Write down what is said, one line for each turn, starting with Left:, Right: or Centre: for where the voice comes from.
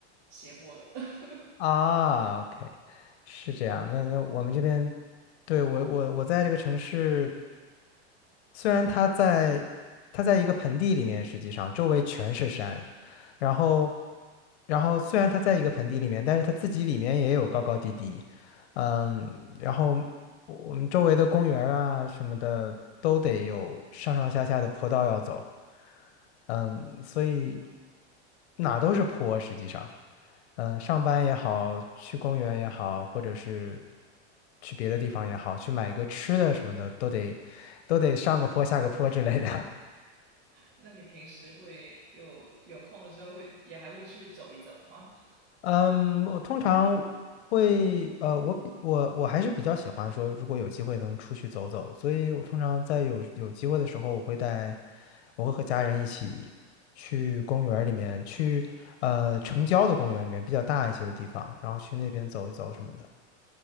Right: 斜坡的。<laughs>
Left: 啊，OK，是这样。那那我们这边，对，我我我在这个城市，虽然它在它在一个盆地里面，实际上周围全是山，然后
Right: 嗯，
Left: 然后虽然它在一个盆地里面，但是它自己里面也有高高低低。嗯，然后我们周围的公园儿啊什么的都得有上上下下的坡道要走，嗯，所以哪都是坡，实际上，嗯，上班也好，去公园也好，或者是去别的地方也好，去买一个吃的什么的，都得都得上个坡下个坡之类的。
Right: 那你平时会就有空的时候会也还会去走一走吗？
Left: 嗯，我通常会，呃，我比我我还是比较喜欢说，如果有机会能出去走走，所以我通常在有有机会的时候，我会带，我会和家人一起去公园儿里面，去呃城郊的公园里面比较大一些的地方，然后去那边走一走什么的。